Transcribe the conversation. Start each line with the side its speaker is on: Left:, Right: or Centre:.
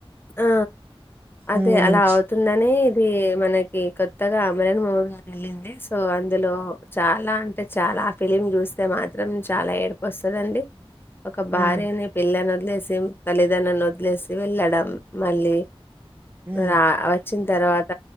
Left: ఆ అదే
Right: గురించి
Left: అలా అవుతుందని ది మనకి కొత్తగా <unintelligible> మూవీ వెళ్ళింది సో అందులో చాలా అంటే చాలా ఆ ఫిలిం చూస్తే మాత్రం చాలా ఏడుపు వస్తుందిండి ఒక భార్యనీ
Right: ఉమ్
Left: పిల్లని వద్ లెసిం బలిదానాన్ని వదిలేసి వెళ్ళాడం మళ్ళీ
Right: ఉమ్
Left: రా వాచ్ చ్చిన్ తర్వాత